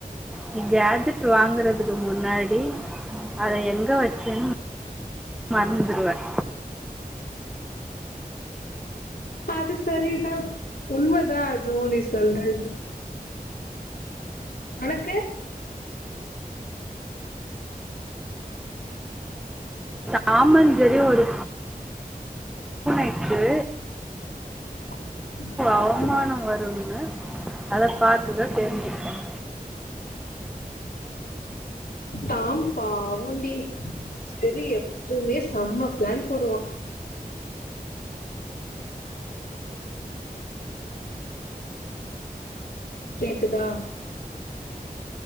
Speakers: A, in the centre; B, on the left.
A: நீ கேஜெட் வாங்குறதுக்கு முன்னாடி அத எங்க வச்சேன்னு மறந்துருவேன்
B: அது சரிதான் உண்மதான் தோழி சொல்றது உனக்கு
A: டாமன் ஜரி ஒரு விட்டு
B: <unintelligible>
A: அவமானம் வரும்னு அத பாத்துக்க தேரிஞ்சிட்டங்க
B: தாம்பாவண்டி செரி எப்பவுமே செம்ம பிளான் போடுவான் கேக்குதா